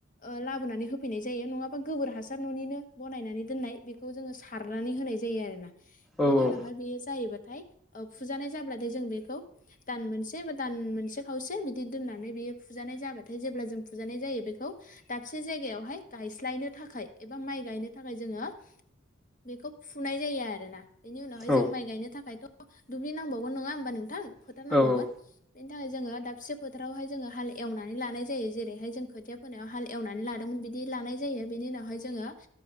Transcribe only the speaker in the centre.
औ
औ
औ
औ